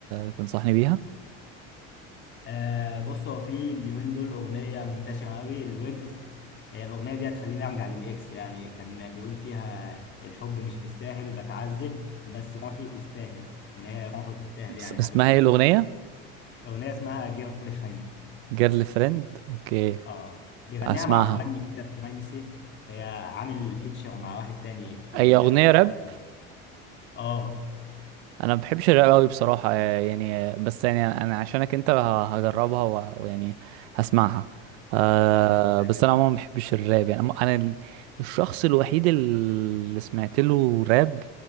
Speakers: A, on the right; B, on the left.
A: تنصحني بيها
B: آه بص هو في اليومين دول أغنية منتشرة قوي الويجز هي الأغنية دي هتخليني أرجع للإكس يعني كان بيقول فيها الحب مش بالساهل بتعذب بس روحي تستاهل إن هي روحه تستاهل
A: اس-
B: يعني حبيبته
A: اسمها ايه الاغنيه
B: أغنية اسمها جيرل فريند
A: جيرل فريند اوكي
B: آه بيغنيها
A: اسمعها
B: مع مغني كده فرنسي هي عامل فيتشر مع واحد تاني فرنسي
A: اي اغنيه
B: يعني مش
A: راب
B: كل آه
A: انا ما بحبش الراب قوي بصراحه آه، يعني آه، بس يعني انا عشانك انت ه- هجربها و- ويعني هسمعها أه
B: لا لا هتعجبك
A: بس انا عموما ما بحبش الراب يعني انا أنا ال- الشخص الوحيد اللي سمعت له راب